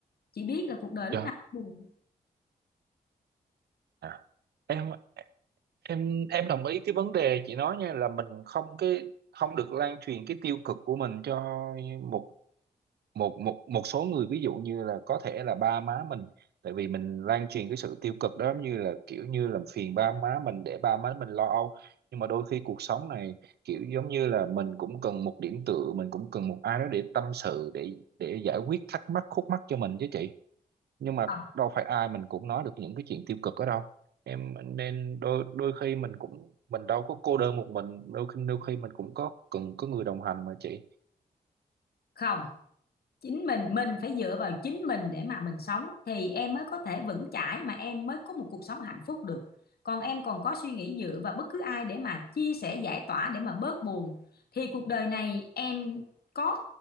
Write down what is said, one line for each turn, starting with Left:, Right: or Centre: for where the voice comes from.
Left: chị biết là cuộc đời lúc
Right: dạ.
Left: nào cũng buồn
Right: à. em em em đồng ý cái vấn đề chị nói nha là mình không cái không được lan truyền cái tiêu cực của mình cho một một một một số người ví dụ như là có thể là ba má mình tại vì mình lan truyền cái sự tiêu cực đó giống như là kiểu như làm phiền ba má mình để ba má mình lo âu nhưng mà đôi khi cuộc sống này kiểu giống như là mình cũng cần một điểm tựa mình cũng cần một ai đó để tâm sự để để giải quyết thắc mắc khúc mắc cho mình chứ chị nhưng mà
Left: không
Right: đâu phải ai mình cũng nói được những cái chuyện tiêu cực ở đâu em nên đôi đôi khi mình cũng mình đâu có cô đơn một mình đôi khi đôi khi mình cũng có cần có người đồng hành mà chị
Left: không chính mình mình phải dựa vào chính mình để mà mình sống thì em mới có thể vững chãi mà em mới có một cuộc sống hạnh phúc được còn em còn có suy nghĩ dựa vào bất cứ ai để mà chia sẻ giải tỏa để mà bớt buồn thì cuộc đời này em có